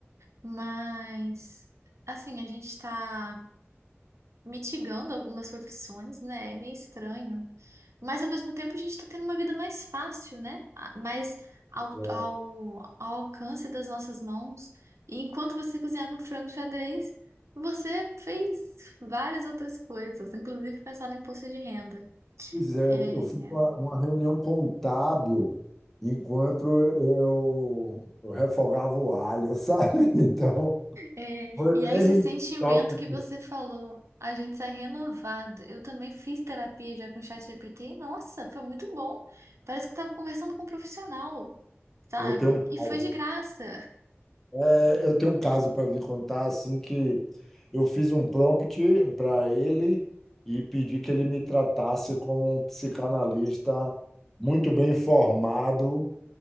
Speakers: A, on the right (about 80°); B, in the centre.
A: Mas, assim, a gente está mitigando algumas profissões, né? É meio estranho. Mas ao mesmo tempo a gente está tendo uma vida mais fácil, né? A- Mais ao,
B: É.
A: ao, ao alcance das nossas mãos. E enquanto você cozinhava um frango xadrez, você fez várias outras coisas, inclusive pensar no imposto de renda.
B: Pois é,
A: É,
B: eu eu fiz uma, uma reunião contábil enquanto eu, eu refogava o alho, sabe? <laughs> Então,
A: É,
B: foi
A: e é
B: bem
A: esse sentimento
B: top
A: que você falou, a gente sai renovado. Eu também fiz terapia já com o ChatGPT e, nossa, foi muito bom. Parece que estava conversando com um profissional, sabe?
B: Eu tenho um
A: E
B: caso.
A: foi de graça.
B: É, Eu tenho um caso para lhe contar, assim, que eu fiz um prompt para ele e pedi que ele me tratasse como um psicanalista muito bem informado